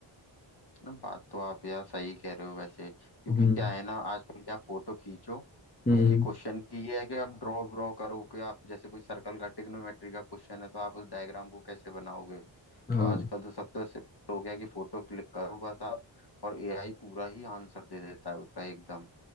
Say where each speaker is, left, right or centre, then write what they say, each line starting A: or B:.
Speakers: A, on the left (about 55°); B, on the left (about 20°).
A: नहीं, बात तो आप यार सही कह रहे हो वैसे क्योंकि
B: हम्म
A: क्या है ना आजकल क्या फोटो खींचो
B: हम्म
A: उसकी क्वेश्चन की ये है कि आप ड्रॉ ड्रॉ करो कि आप जैसे कोई सर्कल का ट्रिग्नोमेट्री का क्वेश्चन है तो आप उस डायग्राम को कैसे बनाओगे तो
B: हाँ
A: आजकल तो सब तो सिर्फ हो गया कि फोटो क्लिक करो बस आप और एआई पूरा ही आंसर दे देता है उसका एकदम